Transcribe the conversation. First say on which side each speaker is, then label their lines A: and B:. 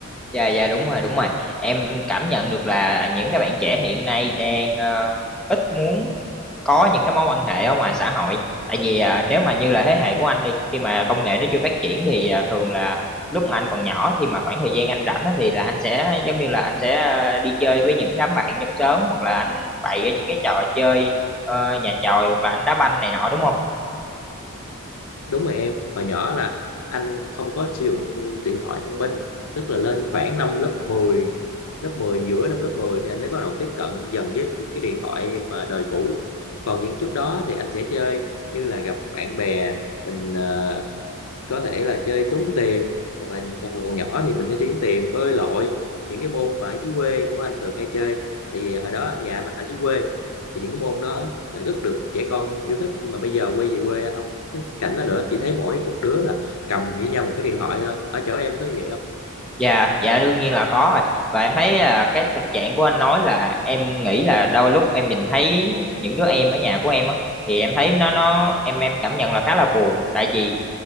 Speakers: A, in the centre; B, on the left.
A: Dạ dạ đúng rồi đúng rồi em cảm nhận được là những cái bạn trẻ hiện nay đang ờ, ít muốn có những cái mối quan hệ ở ngoài xã hội tại vì à, nếu mà như là thế hệ của anh đi khi mà công nghệ nó chưa phát triển thì à, thường là lúc mà anh còn nhỏ khi mà khoảng thời gian anh rảnh á, thì là anh sẽ giống như là anh sẽ à, đi chơi với những đám bạn trong xóm hoặc là anh bày ra những cái trò chơi ờ, nhà chòi hoặc là anh đá banh này nọ đúng không
B: đúng rồi em hồi nhỏ là anh không có sử dụng điện thoại thông minh tức là lên khoảng năm lớp mười lớp mười giữa năm lớp 10 thì anh mới bắt đầu tiếp cận dần với cái điện thoại mà đời cũ còn những trước đó thì anh sẽ chơi như là gặp bạn bè mình ờ, có thể là chơi trốn tìm hoặc là hồi còn nhỏ thì mình chơi trốn tìm bơi lội những cái môn mà ở dưới quê của anh thường hay chơi tại vì hồi đó nhà anh ở dưới quê thì những cái môn đó lại rất được trẻ con yêu thích nhưng mà bây giờ quay về quê anh không thấy cái, cái cảnh đó nữa chỉ thấy mỗi một đứa là cầm với nhau một cái điện thoại thôi ở chỗ em có như vậy không
A: Dạ, dạ đương nhiên là có rồi. Và em thấy là cái thực trạng của anh nói là em nghĩ là đôi lúc em nhìn thấy những đứa em ở nhà của em á thì em thấy nó nó em em cảm nhận là khá là buồn tại vì